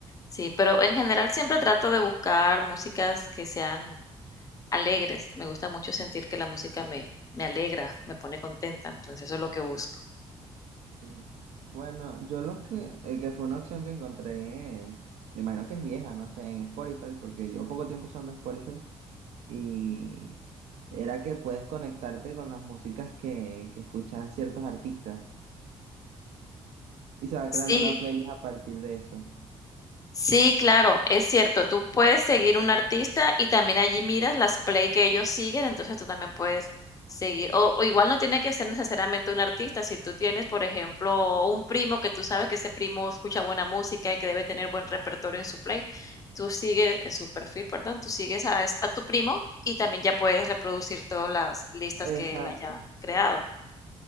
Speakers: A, on the left (about 30°); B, on the right (about 80°).
A: Sí, pero en general siempre trato de buscar músicas que sean alegres. Me gusta mucho sentir que la música me me alegra, me pone contenta, entonces eso es lo que busco.
B: Sí. Bueno, yo lo que, eh, que fue una opción que encontré, eh, me imagino que es vieja, no sé, en Spotify, porque llevo poco tiempo usando Spotify y era que puedes conectarte con las músicas que, que escuchan ciertos artistas. Y se va creando
A: Sí.
B: una playlist a partir de eso.
A: Sí, claro, es cierto. Tú puedes seguir un artista y también allí miras las play que ellos siguen, entonces tú también puedes seguir. O, o igual no tiene que ser necesariamente un artista. Si tú tienes, por ejemplo, un primo que tú sabes que ese primo escucha buena música y que debe tener buen repertorio en su play, tú sigues en su perfil, perdón, tú sigues a, es- a tu primo y también ya puedes reproducir todas las listas
B: Exacto.
A: que él haya creado.